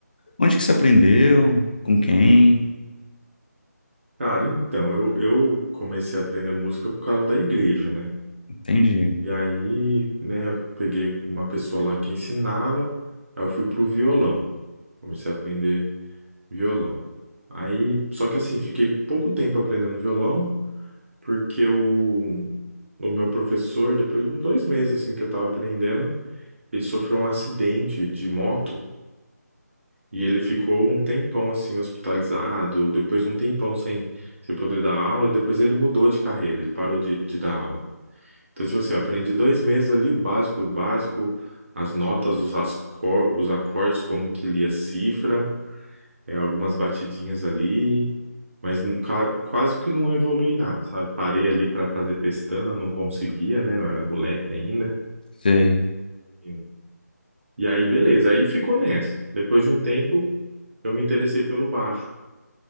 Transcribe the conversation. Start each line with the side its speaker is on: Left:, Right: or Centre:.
Left: onde que você aprendeu? Com quem?
Right: Cara, então, eu, eu comecei a aprender música por causa da igreja, né?
Left: Entendi.
Right: E aí, né, eu peguei uma pessoa lá que ensinava, aí eu fui pro violão, comecei a aprender violão. Aí, só que assim, fiquei pouco tempo aprendendo violão, porque o, o meu professor, depois de uns dois meses assim que eu tava aprendendo, ele sofreu um acidente de moto e ele ficou um tempão assim hospitalizado, depois um tempão sem, sem poder dar aula, e depois ele mudou de carreira, ele parou de, de dar aula. Então, tipo assim, eu aprendi dois meses ali o básico o básico, as notas, os, ascor- os acordes, como que lia cifra, é, algumas batidinhas ali, mas n- ca- quase que não evolui nada, sabe? Parei ali para fazer pestana, não conseguia, né? Eu era moleque ainda.
Left: Sei.
Right: E e aí, beleza, aí ficou nessa. Depois de um tempo, eu me interessei pelo baixo.